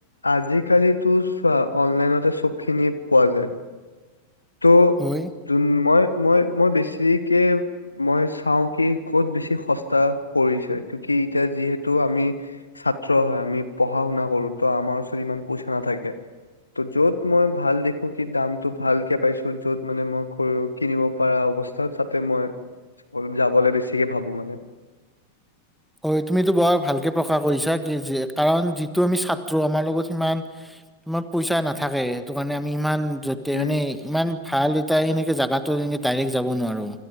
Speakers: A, on the left; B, in the centre.
A: আজি কালিতো চোৱা অনলাইনতে চব খিনি পোৱা যায়। তো
B: হয়।
A: যোন মই মই মই বেছিকে মই চাই কি ক'ত বেছি সস্তা পৰিছে কিও কি এতিয়া যিহেতু আমি ছাত্ৰ হয়, আমি পঢ়া-শুনা কৰো তো আমাৰ ওচৰত ইমান পইচা নাথাকে। তো য'ত মই ভাল দেখো কি দামটো ভাল কে পাইছো য'ত মানে মই কিনিব পৰা অৱস্থা তাতে মই যাবলৈ বেছিকে ভাবো মানে।
B: অ', তুমিতো বোৰ ভালকে প্ৰকাশ কৰিছা কি জীয়ে কাৰণ যিটো আমি ছাত্ৰ আমাৰ লগত সিমান তোমাৰ পইচা নাথাকে সেইটো কাৰণে আমি ইমান য'তে
A: উম
B: মানে ইমান ভাল এটা সেনেকে জাগাতো এনে ডাইৰেক্ট যাব নোৱাৰো।